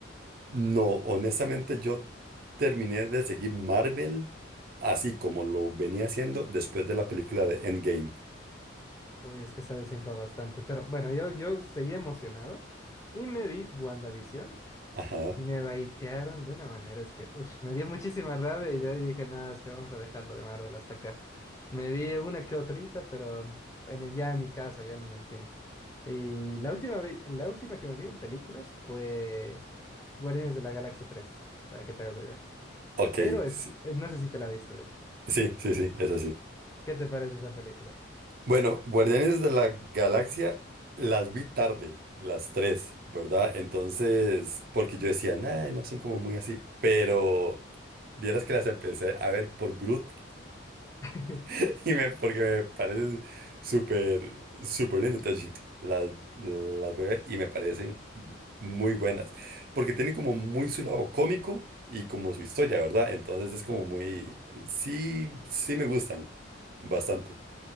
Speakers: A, on the right; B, on the left.
A: No, honestamente yo terminé de seguir Marvel así como lo venía haciendo después de la película de Endgame.
B: Uy, es que se ha desinflado bastante. Pero bueno, yo, yo seguí emocionado y me vi WandaVision.
A: Ajá.
B: Y me baitearon de una manera, es que ush, me dio muchísima rabia y de ahí dije, nada, es que vamos a dejarlo de Marvel hasta acá. Me vi una que otrita, pero en el, ya en mi casa, ya no en el cine. Y la última, ve- la última que me vi en películas fue Guardianes de la Galaxia 3 para que te hagas la idea.
A: Ok,
B: Pero es,
A: sí,
B: eh, no sé si te la viste, de hecho.
A: sí, sí, sí, es así.
B: ¿Qué te parece esa película?
A: Bueno, Guardianes de la Galaxia las vi tarde, las tres, ¿verdad? Entonces, porque yo decía, "Nah, no son como muy así, pero vieras que las empecé a ver por Groot
B: <laughs>
A: <laughs> y me, porque me parece súper, súper lindo. Entonces, dije, las, las voy a ver y me parecen muy buenas, porque tienen como muy su lado cómico y como su historia, ¿verdad? Entonces es como muy, sí, sí me gustan bastante.